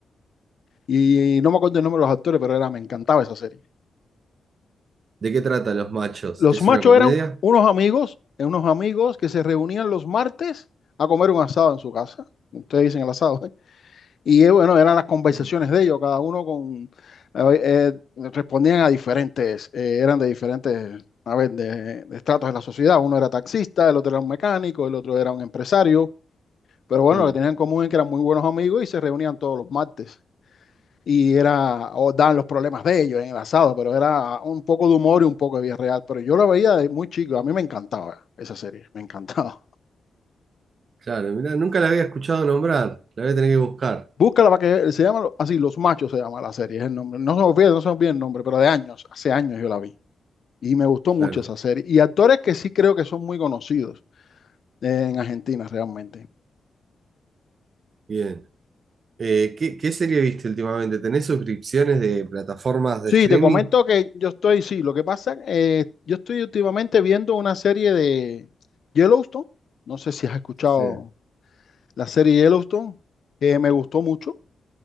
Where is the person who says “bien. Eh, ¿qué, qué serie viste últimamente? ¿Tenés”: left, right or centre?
Right